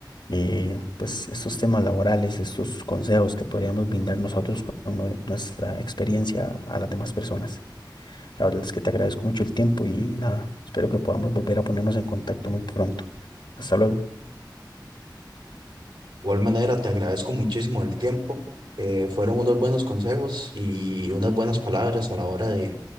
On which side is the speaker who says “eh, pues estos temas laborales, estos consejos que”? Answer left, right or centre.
Left